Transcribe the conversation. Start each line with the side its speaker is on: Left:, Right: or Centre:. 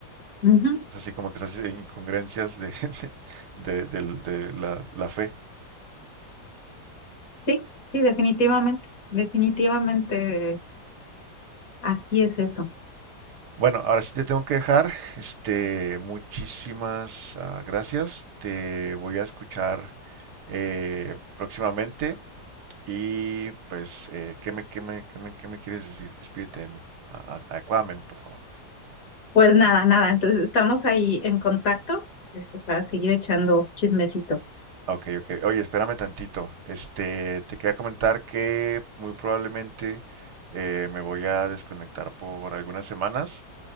Left: Ujú.
Right: Es así como que esas incongruencias de, <laughs> de, del- de la, la fe.
Left: Sí, sí, definitivamente, definitivamente, así es eso.
Right: Bueno, ahora sí te tengo que dejar. Este, muchísimas ah, gracias. Te voy a escuchar eh, próximamente. Y pues, eh, ¿qué me, qué me, qué me, qué me quieres decir? Despídete de mí. a- a- Adecuadamente, por favor.
Left: Pues nada, nada, entonces estamos ahí en contacto, este, para seguir echando chismecito.
Right: Ah, Ok, ok. Oye, espérame tantito. Este, te quería comentar que muy probablemente eh, me voy a desconectar por algunas semanas,